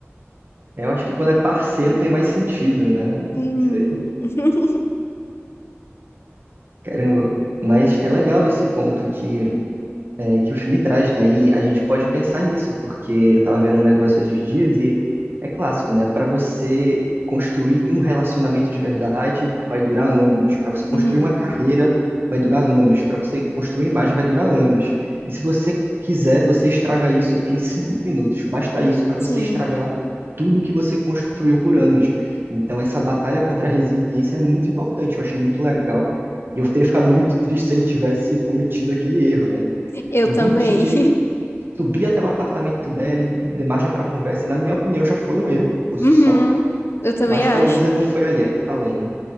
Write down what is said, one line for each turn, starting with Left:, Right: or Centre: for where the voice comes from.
Right: Eu acho que quando é parceiro tem mais sentido, né? Não
Left: Uhum.
Right: sei.
Left: <laughs>
Right: Caramba. Mas é legal esse ponto que é, que o filme traz, né? E a gente pode pensar nisso, porque eu tava vendo um negócio esses dias e é clássico, né? Para você construir um relacionamento de verdade vai durar anos, para você construir
Left: Uhum.
Right: uma carreira vai durar anos, para você construir imagem vai durar anos. E se você quiser, você estraga isso em cinco minutos. Basta isso para você
Left: Sim.
Right: estragar tudo que você construiu por anos. Então, essa batalha contra a resiliência é muito importante. Eu achei muito legal. E eu teria ficado muito triste se ele tivesse cometido aquele erro, né?
Left: Eu
Right: Não
Left: também.
Right: vou mentir que ele subir até o apartamento dela, de margem para conversa, na minha opinião, já foi um erro por si
Left: Uhum,
Right: só,
Left: eu também
Right: mas pelo
Left: acho.
Right: menos ele não foi alhe- além, né?